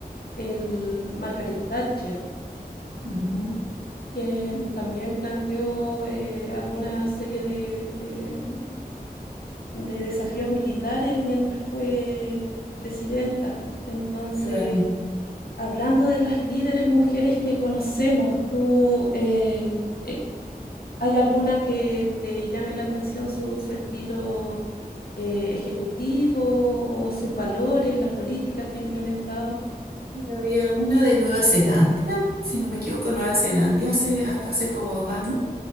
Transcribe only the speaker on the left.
el Margaret Thatcher.
quien
también planteó eh, alguna serie de, de, mm, de desafíos militares mientras fue presidenta. Entonces,
hablando de las líderes mujeres que conocemos, ¿tú eh, eh, hay alguna que te llame la atención su, su estilo eh, ejecutivo o sus valores, las políticas que ha implementado?